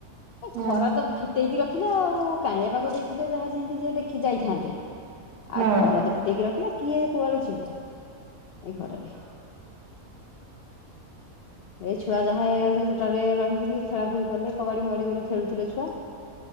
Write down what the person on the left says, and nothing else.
ଖରା ତ ଫିଟେଇକି ର ଦେଖା ଆଉ କାଳିଆ ପାଗ ଦେଇ ଯାହା ଯେମତି ଯିଏ ଦେଖି ଯାଇଥାନ୍ତନ୍ତି
ଆଉ
ଖର
ତ ଫିଟେଇକି ରଖିଲେ କିଏ କୁଆଡେ ଯିବ <inaudible> ଏଇ ଖରାରେ ଏଇ ଛୁଆ ଯାହା ସେ ତୋଟାରେ ରହିକରି ଖେଳା ଖେଳି କଲେ କବାଡି ଫବାଡି ଗଲେ ଖେଳୁଥିଲେ ଛୁଆ <inaudible>